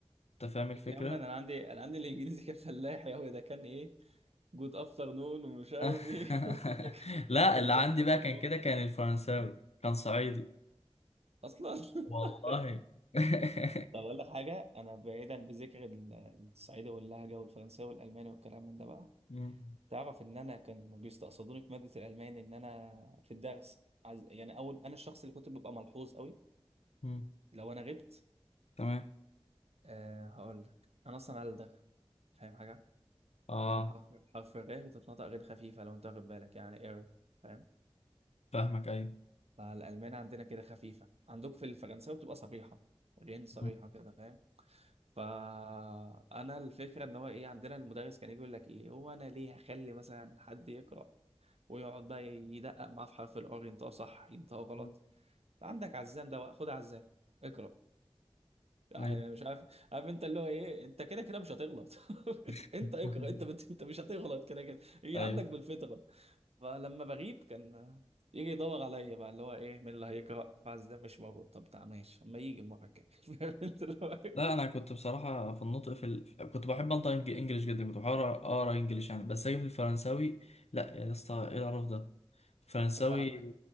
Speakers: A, on the left; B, on the right.
A: انت فاهم الفكرة
B: يا عم انا عندي انا عندي الانجليزي كان فلاح يا هو ده كان ايه جود افتر نون ومش عارف
A: <laughs>
B: ايه <laughs>
A: لا
B: يا عم انجليزي
A: اللي عندي
B: عندي كان
A: بقى
B: خربان
A: كان كده كان الفرنساوي كان صعيدي
B: اصلا <laughs>
A: والله <laughs>
B: طب اقول لك حاجه انا بعيدا بذكر ال- الصعيدي واللهجه والفرنساوي والالماني والكلام من ده بقى
A: م-
B: تعرف ان انا كان بيستقصدوني في ماده الالماني ان انا في الدرس عايز- يعني اول انا الشخص اللي كنت ببقى ملحوظ قوي
A: م-
B: لو انا غبت
A: تمام
B: أه هقول لك انا اصلا قال ده فاهم حاجه
A: اه
B: يعني حرف حرف الراء بتتنطق غير خفيفة لو انت واخد بالك يعني اير فاهم
A: فاهمك ايوه
B: فالألمان عندنا كده خفيفة عندك في الفرنساوي بتبقى صريحة غين صريحة
A: <laughs> م-
B: كده فاهم فأنا الفكرة إن هو إيه عندنا المدرس كان يجي يقول لك إيه هو أنا ليه هخلي مثلا حد يقرأ ويقعد بقى يدقق معاه في حرف الآر ينطقه صح ينطقه غلط
A: م-
B: عندك عزام ده خد عزام اقرأ يعني
A: ايوه
B: مش عارف عارف انت اللي هو ايه انت كده كده مش هتغلط <laughs>
A: <laughs>
B: انت اقرا انت بت... انت مش هتغلط كده كده هي
A: ايوه
B: عندك بالفطره فلما بغيب كان يجي يدور عليا بقى اللي هو ايه مين اللي هيقرا فاز ده مش موجود طب تعال ماشي اما يجي المره الجايه <laughs> فاهم انت اللي هو إيه؟
A: لا انا كنت بصراحه في النطق في ال... كنت بحب انطق إنج- انجليش جدا كنت بحاول اقرا انجليش يعني بس اجي في الفرنساوي لا يا اسطى ايه القرف ده فرنساوي
B: فاهمك